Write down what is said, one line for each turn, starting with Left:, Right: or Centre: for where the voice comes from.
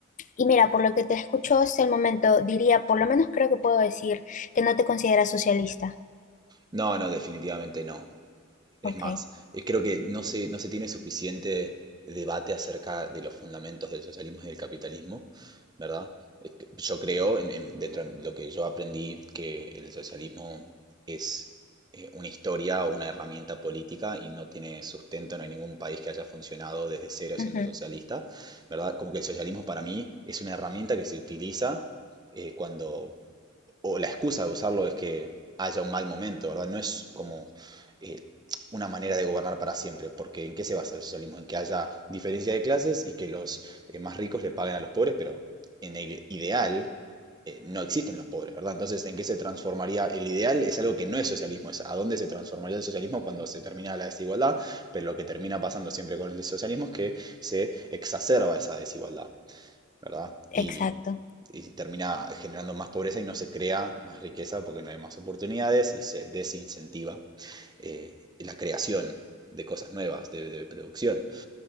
Left: y mira, por lo que te escucho hasta el momento, diría, por lo menos creo que puedo decir que no te consideras socialista.
Right: No, no, definitivamente no. Es
Left: Ok,
Right: más, eh, creo que no se, no se tiene suficiente debate acerca de los fundamentos del socialismo y del capitalismo, ¿verdad? Es que Yo creo, en- en- dentro de lo que yo aprendí, que el socialismo es eh, una historia o una herramienta política y no tiene sustento, no hay ningún país que haya funcionado desde cero siendo
Left: ujú,
Right: socialista, ¿verdad? Como que el socialismo para mí es una herramienta que se utiliza eh, cuando o la excusa de usarlo es que haya un mal momento, ¿verdad? No es como eh, una manera de gobernar para siempre, porque ¿en qué se basa el socialismo? En que haya diferencia de clases y que los eh, más ricos le paguen a los pobres, pero en el ideal eh, no existen los pobres, ¿verdad? Entonces, ¿en qué se transformaría? El ideal es algo que no es socialismo, es a dónde se transformaría el socialismo cuando se termina la desigualdad, pero lo que termina pasando siempre con el socialismo es que se exacerba esa desigualdad, ¿verdad? Y
Left: Exacto,
Right: y si termina generando más pobreza y no se crea más riqueza porque no hay más oportunidades y se desincentiva eh, la creación de cosas nuevas, de, de producción.